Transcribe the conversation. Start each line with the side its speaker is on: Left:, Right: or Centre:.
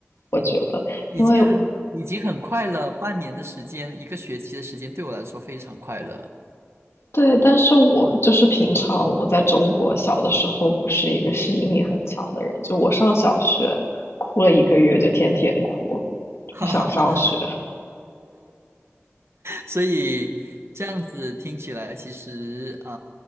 Left: 我觉得，
Right: 已经已经很快了，
Left: 因为
Right: 半年的时间，一个学期的时间对我来说非常快乐。
Left: 对，但是我就是平常我在中国小的时候不是一个适应力很强的人，就我上小学哭了一个月，
Right: 嗯，
Left: 就天天哭，
Right: <laughs>
Left: 就不想上学。
Right: 哈哈哈哈，所以这样子听起来，其实啊、